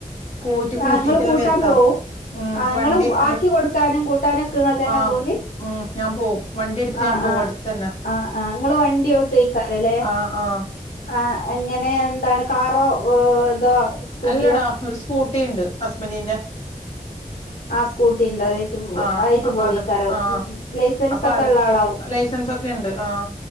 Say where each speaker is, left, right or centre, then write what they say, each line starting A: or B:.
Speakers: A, on the left (about 50°); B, on the left (about 80°).
A: പോ പോയിട്ട് കൂട്ടിട്ടെല്ലാം
B: ആഹ് ഇങ്ങള് കൂട്ടാൻ
A: വരുത്താം
B: പോവും
A: ഉം
B: ആഹ് ഇങ്ങള്
A: വണ്ടി എന്റെ
B: ആക്കി കൊടുക്കാനും കൂട്ടാനും ഒക്കെ ഇങ്ങൾ തന്നെ
A: ആഹ്
B: പോവല്.
A: ഉം ഞാൻ പോവും വണ്ടി എടുത്തിട്ട്
B: ആഹ്
A: ഞാൻ പോവും
B: ആഹ്
A: അടുത്തന്നെ
B: ആഹ് ആഹ് ഇങ്ങള് വണ്ടിയോട്ടോക്കാരലേ?
A: ആഹ് ആഹ്
B: ആഹ് എങ്ങനെ എന്താണ് കാറോ ഏഹ് ഇതോ? സ്കൂട്ടിയോ
A: അല്ലടാ ഒരു സ്കൂ ട്ടി ണ്ട് ഹസ്ബൻ്റിന്റെ.
B: ആഹ് സ്കൂട്ടി ഉണ്ട് അതേറ്റ് പോവും.
A: ആഹ്
B: അതായിട്ട്
A: അപ്പൊ
B: പോവേക്കാരം
A: അത് ആഹ്
B: മ് മ് ലൈസൻസ്
A: അപ്പൊ
B: ഒക്കെ
A: അത
B: ഉള്ള ആളാവും
A: ലൈസൻസ് ഒക്കെ ഉണ്ട് ആഹ്